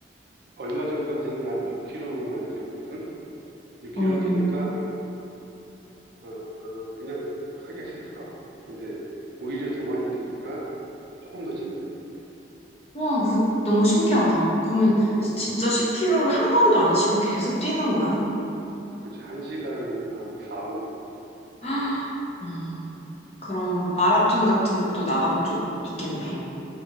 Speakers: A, on the right; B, on the left.
A: 얼마 전까지는 한 6km만 뛰었거든? 6km
B: 어.
A: 뛰니까, 어, 어, 그냥 하기가 싫더라고. 근데 오히려 더 많이 뛰니까 조금 더 재밌는 것 같아.
B: 와, 그 너무 신기하다. 그러면
A: 응,
B: 진짜 10km를 한 번도 안 쉬고 계속 뛰는 거야?
A: 그치. 1시간 한 4분 걸려.
B: <gasps> 헉, 음, 그럼 마라톤 같은 것도 나가본 적 있겠네.